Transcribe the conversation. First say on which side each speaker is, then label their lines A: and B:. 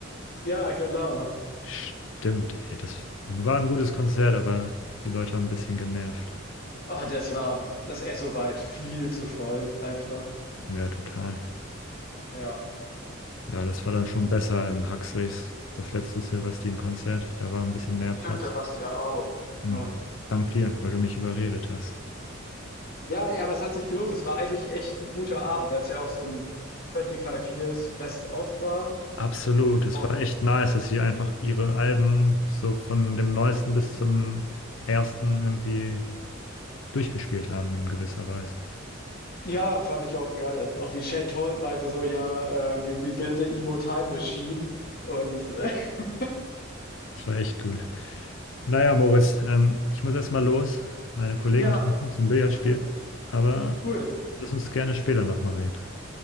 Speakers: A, on the left (about 50°); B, on the left (about 70°).
A: Ja, genau.
B: Stimmt, ey, das war ein gutes Konzert, aber die Leute haben ein bisschen genervt.
A: Oh, das war auch das Esso war halt viel zu voll einfach.
B: Ja, total.
A: Ja.
B: Ja, das war dann schon besser im Huxleys, das letzte Silvestin-Konzert. Da war ein bisschen mehr Platz.
A: Stimmt, da warst du ja auch.
B: Hm.
A: Ja.
B: Dank dir, weil du mich überredet hast.
A: Ja, ey, aber es hat sich gelohnt. Es war eigentlich echt ein guter Abend, weil es ja auch so 'n 25 Years Best of war.
B: Absolut, es
A: Oh.
B: war echt nice, dass sie einfach ihre Alben so von dem neuesten bis zum ersten irgendwie durchgespielt haben in gewisser Weise.
A: Ja, fand ich auch geil. Auch wie Shane Told meinte so: „Ja, äh, we we build the emo time machine“ und äh, <laughs>
B: Das war echt gut. Naja, Moritz, ähm, ich muss erstmal los, meine Kollegen
A: ja,
B: treffen zum Billardspiel,
A: macht das.
B: aber
A: Cool.
B: lass uns gerne später nochmal reden.